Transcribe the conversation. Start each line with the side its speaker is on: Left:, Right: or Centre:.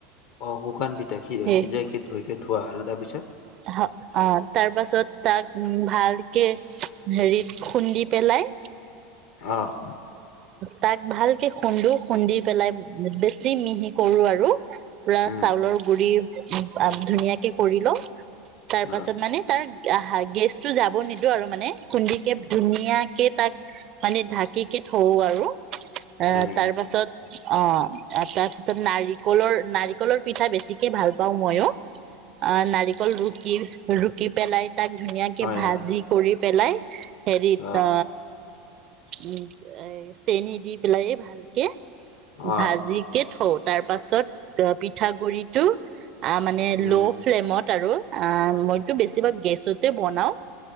Left: আহ শুকান পিঠাক
Right: সেই
Left: সিজাইকে ধই। কে থুোৱা আৰু তাৰপিছত
Right: অ তাৰ পাছত তাক ভালকে হেৰিত খুন্দি পেলাই
Left: অহ
Right: তাক ভালকে খুন্দি খুন্দি পেলাই বেছি মিহি কৰো আৰু পুৰা
Left: উম
Right: চাউলৰ গুৰি ধুনীয়াকে কৰিলো তাৰ
Left: অ
Right: পাছত মানে তাৰ আহা গেছটো যাব নিদিও আৰু মানে খুন্দিকে ধুনীয়াকে তাক মানে ঢাকিকে থৰো আৰু এ
Left: হয় নেকি
Right: তাৰ পাছত অ তাৰপিছত নাৰিকলৰ নাৰিকলৰ পিঠা বেছিকে ভাল পাওঁ ময়ো অ নাৰিকল ৰুকি ৰুকি পেলাই তাক ধুনীয়াকে
Left: হয়
Right: ভাজি
Left: হয়
Right: কৰি পেলাই হেৰি
Left: অ
Right: ত উম এ চেনী দি পেলাই ভালকে
Left: অ
Right: ভাজি কে থ তাৰ পাছত অ পিঠা গুৰিটো আ মানে
Left: উম
Right: ল' ফ্লেমত আৰু অ মইতো বেছিভাগ গেছতে বনাও